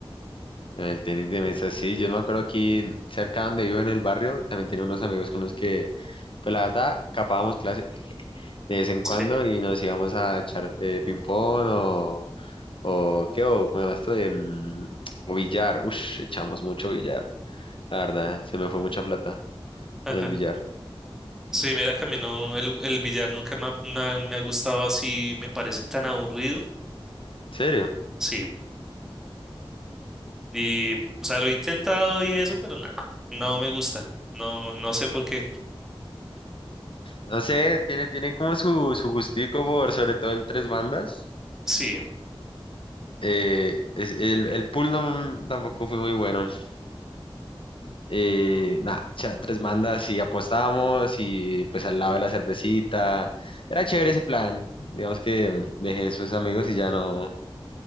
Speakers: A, on the left; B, in the centre.
A: En el tenis de mesa, sí. Yo me acuerdo aquí cerca donde vivo en el barrio, también tenía unos amigos con los que, pues la verdad, capábamos clase de vez en
B: Sí.
A: cuando
B: <laughs>
A: y nos íbamos a echar eh, ping-pong o, o qué, o cómo se llama esto de mm, o billar. Ush, echamos mucho billar. La verdad, se me fue mucha plata
B: Ajá.
A: en el billar.
B: Sí, mira que a mí no, el, el billar nunca me ha, na- me ha gustado así, me parece tan aburrido.
A: ¿En serio?
B: Sí. Y, o sea, lo he intentado y eso, pero nada, no me gusta. No, no sé por qué.
A: No sé, tiene, tiene como su, su gustico por sobre todo el tres bandas.
B: Sí,
A: Eh, es- el, el pool no, tampoco fue muy bueno. Eh, nada, o tres bandas y apostábamos y pues al lado de la cervecita. Era chévere ese plan. Digamos que mm, dejé esos amigos y ya no,